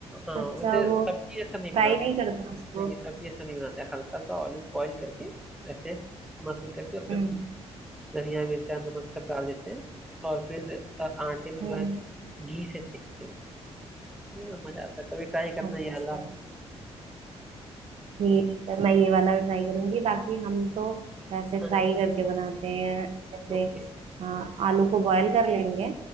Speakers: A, in the centre; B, on the right (about 60°).
A: हाँ
B: अच्छा
A: वैसे
B: वो
A: सब्जी ऐसा नहीं
B: फ्राई
A: बनाते
B: नहीं करता उसको
A: नहीं नहीं सब्जी ऐसा नहीं बनाते हैं। हल्का सा ऑलिव बॉईल करके ऐसे मसल करके उसमें
B: हम्म
A: धनिया मिर्चा नमक सब डाल देते हैं और फिर अ, आटे में
B: हम्म
A: भर घी से सेकते हैं उसमें हाँ, मजा आता है कभी ट्राई करना
B: अच्छा
A: ये वाला
B: ठीक है मैं ये वाला भी ट्राई करूंगी बाकी हम तो वैसे
A: हाँ
B: फ्राई
A: हाँ
B: करके बनाते हैं जैसे
A: ओके
B: हाँ आलू को बॉयल कर लेंगे